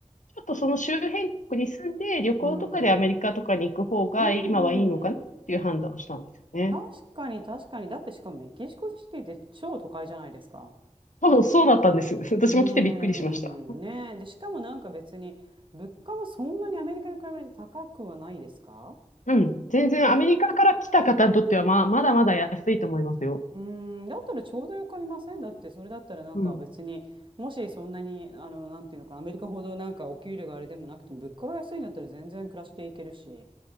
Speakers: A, on the left; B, on the right.
A: ちょっとその周辺国に住んで旅行とかでアメリカとかに行く方が今はいいのかなっていう判断をしたんですよね。
B: うん。うんうん。確かに確かに。だってしかもメキシコシティって超都会じゃないですか。
A: 多分そうだったんです。私も来てびっくりしました。
B: うーん、ねえ。で、しかもなんか別に、物価もそんなにアメリカに比べて高くはないですか
A: うん。全然アメリカから来た方にとってはまあ、まだまだ安いと思いますよ。
B: うーん、だったらちょうどよくありませんだって、それだったらなんか別に、
A: うん。
B: もしそんなに、あの、なんていうのかな、アメリカほどなんかお給料があれでもなくても、物価が安いんだったら全然暮らしていけるし。